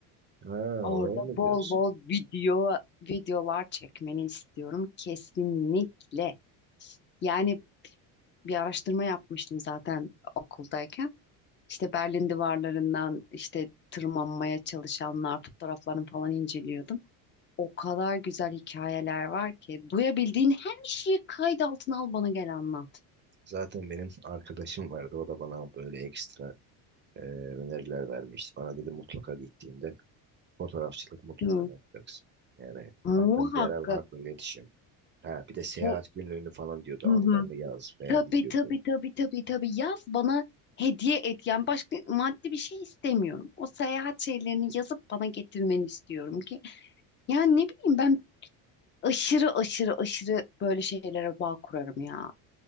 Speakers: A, on the right; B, on the left.
A: Ha
B: Orada
A: oraya mı
B: bol
A: diyorsun?
B: bol video videolar çekmeni istiyorum kesinlikle. Yani bir araştırma yapmıştım zaten okuldayken. İşte Berlin duvarlarından işte tırmanmaya çalışanlar fotoğraflarını falan inceliyordum. O kadar güzel hikayeler var ki duyabildiğin her şeyi kayıt altına al bana gel anlat.
A: Zaten benim <laughs> arkadaşım vardı o da bana böyle ekstra e, öneriler vermişti. Bana dedi mutlaka gittiğinde fotoğrafçılık mutlaka
B: Hı.
A: yapacaksın. Yani hatta
B: Muhakkak
A: yerel halkla iletişim. Ha, bir de seyahat
B: bu
A: günlüğünü falan diyordu
B: hı
A: anılarını
B: hı.
A: yaz veya
B: Tabii
A: video
B: tabii tabii tabii tabii yaz bana hediye et. Yani başka maddi bir şey istemiyorum. O seyahat şeylerini yazıp bana getirmeni istiyorum ki. Yani ne bileyim ben aşırı aşırı aşırı böyle şeylere bağ kurarım ya.